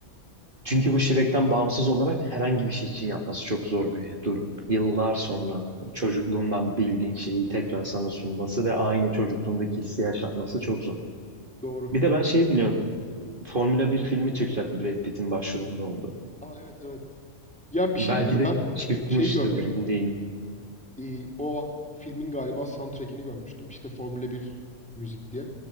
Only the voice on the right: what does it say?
Çünkü bu Shrek'ten bağımsız olarak herhangi bir şey için yapması çok zor bir durum. Yıllar sonra o çocukluğundan bildiğin şeyi tekrar sana sunması ve aynı çocukluğundaki hissi yaşatması çok zor.
Bir de ben şey
biliyorum. Formula bir filmi çıkacak Brad Pitt'in başrolünde olduğu.
Belki
de
çıkmıştır
da emin değilim.